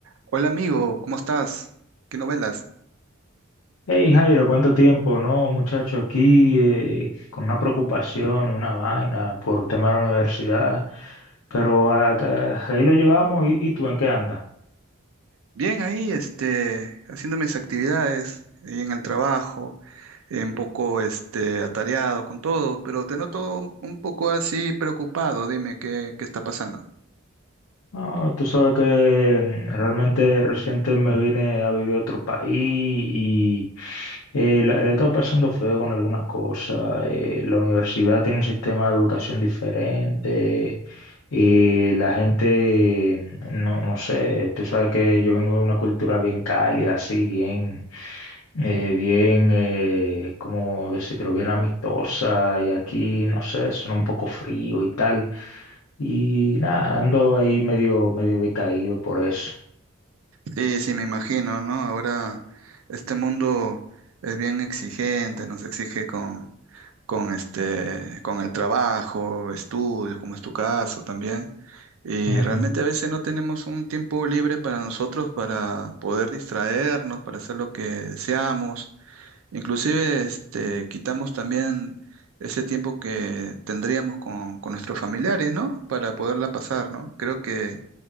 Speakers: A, on the right (about 80°); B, on the left (about 80°).
A: Hola amigo, ¿cómo estás? ¿Qué novelas?
B: Hey Jairo, ¿cuánto tiempo? No, muchacho, aquí eh, con una preocupación, una vaina por tema de la universidad, pero acá- ahí lo llevamos y, y tú ¿en qué andas?
A: Bien ahí, este, haciendo mis actividades eh, en el trabajo, eh, un poco este, atareado con todo, pero te noto un, un poco así preocupado, dime qué, qué está pasando.
B: No, tú sabes que realmente reciente me vine a vivir a otro país y eh, la, la he estado pasando feo con algunas cosas. Eh, la universidad tiene un sistema de educación diferente. eh, la gente, no, no sé, tú sabes que yo vengo de una cultura bien cálida, así, bien, eh, bien, eh, ¿cómo decirlo? Bien amistosa y aquí, no sé, suena un poco frío y tal. Y nada, ando ahí medio, medio decaído por eso.
A: Sí, sí, me imagino, ¿no? Ahora este mundo es bien exigente, nos exige con, con este, con el trabajo, estudios, como es tu caso también. Y
B: Ujú.
A: realmente a veces no tenemos un tiempo libre para nosotros para poder distraernos, para hacer lo que deseamos. Inclusive este, quitamos también ese tiempo que tendríamos con, con nuestros familiares, ¿no? Para poderla pasar, ¿no? Creo que